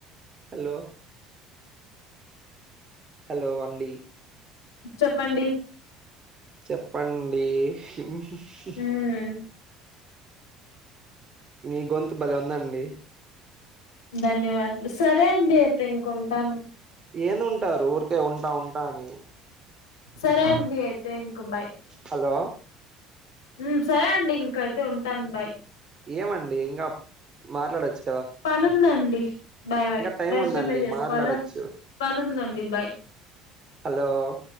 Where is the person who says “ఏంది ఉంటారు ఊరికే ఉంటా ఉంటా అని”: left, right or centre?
Right